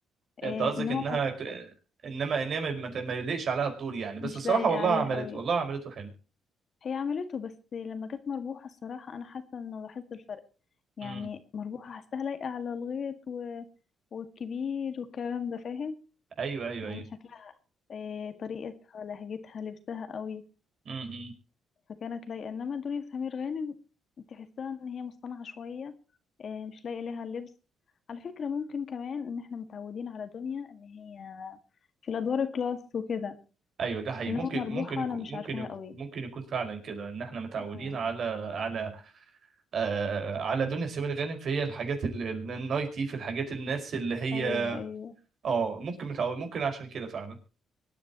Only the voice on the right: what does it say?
انت
قصدك
انها
ك- انما انما ما ت- ما يليقش عليها الدور يعني بس
الصراحه
والله
عملت
والله عملته حلو
امم
ايوه ايوه
ايوه
امم
ايوه ده حقيقي
ممكن
ممكن يكون
ممكن
يكون
ممكن يكون فعلا كده ان احنا متعودين
على على آه على دنيا سمير غانم فهي الحاجات ال- ال- النايتي في الحاجات الناس اللي هي
اه ممكن متعود ممكن عشان كده فعلا